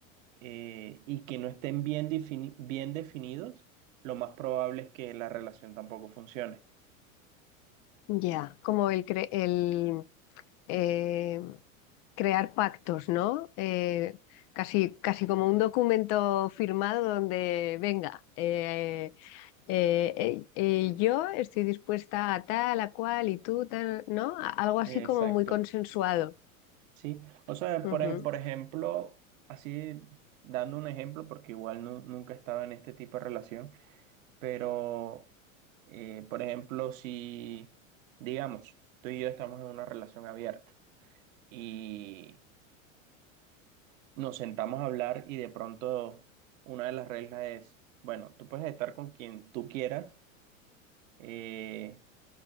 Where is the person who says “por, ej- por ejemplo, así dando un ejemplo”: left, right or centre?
Right